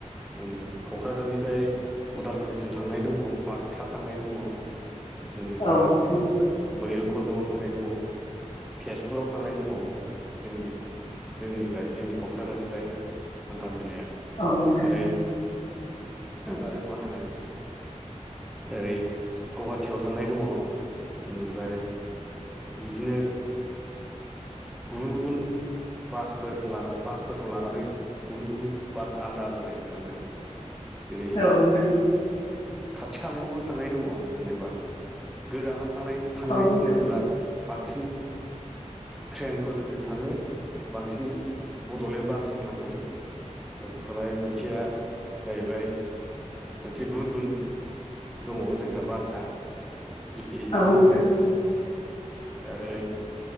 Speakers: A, in the centre; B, on the left (about 55°).
A: ओम क'क्राझारनिफ्राय उदालगुरिसिम थांनाय दङ बाक्सा थांनाय दङ। जेनेबा
B: औ नोंथां
A: बैर कन्दआव थांनाय दङ तेजपुराव थांनाय दङ जोंनि जोंनिफ्राय जोंनि क'क्राझारनिफ्राय हान्था मेलाया
B: औ नोंथां
A: आरो आरो मा होनो ओरै गुवाहाटियाव थांनाय दङ ओमफ्राय बिदिनो गुबुन गुबुन बासफोर लाना बासफोरखौ लानानै गुबुन गुबुन बास आलदा आलदा जायगायाव थाङो। <inaudible> जेरै
B: औ नोंथां
A: खाथि खालायावबो थांनाय दङ जेनेबा गोजानाव थांनाय थांनाय
B: औ नोंथां औ नोंथां
A: बुंनोब्ला बांसिन ट्रेनफोरजों थाङो। बांसिन बड'लेण्ड बासजों थाङो ओमफ्राय मोनसेया जाहैबाय मोनसे गुन गुन दङ जोंना बासआ बेजोंबो
B: औ नोंथां
A: थाङो आरो